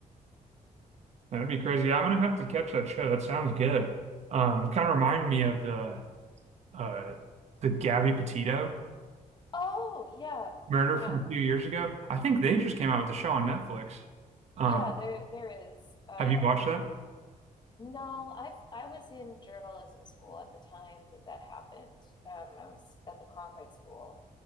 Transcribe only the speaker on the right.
That'd be crazy. I'm gonna have to catch that show. That sounds good. Um, kind of reminded me of the uh the Gabby Petito
murder
from a few years ago. I think they just came out with a show on Netflix. Um,
have you watched that?